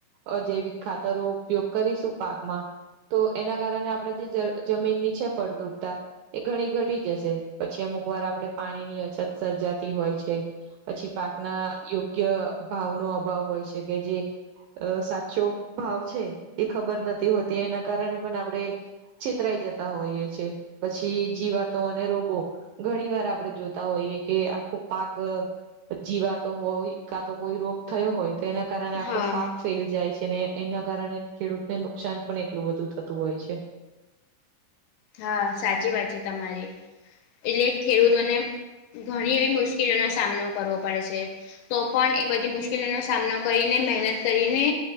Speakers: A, on the right; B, on the left.
A: અજૈવિક ખાતરો ઉપયોગ કરીશું પાકમાં તો એના કારણે આપણે જે જમીનની છે ફળદ્રુપતા એ ઘણી ઘટી જશે પછી અમુક વાર આપડે પાણી ની અછત સર્જાતી હોય છે. પછી પાકના યોગ્ય ભાવનો અભાવ હોય છે કે જે અ સાચો ભાવ છે એ ખબર નથી હોતી એના કારણે પણ આપડે છેતરાઈ જતા હોઈએ છે પછી જીવાતો અને રોગો ઘણી વાર આપડે જોતા હોઈએ કે આખો પાક જીવાતો હોય કાક. તો કોઈ રોગ થયો હોય તો એના કારણે આખો
B: હા
A: પાક ફેલ જાય છે ને એના કારણે ખેડૂતને નુકસાન પણ એટલું બધું થતું હોય છે.
B: હા સાચી વાત છે તમારી એટલે ખેડૂતોને ઘણી એવી મુશ્કેલીનો સામનો કરવો પડે છે- તો પણ એ બધી મુશ્કેલીનો સામનો કરીને મહેનત કરીને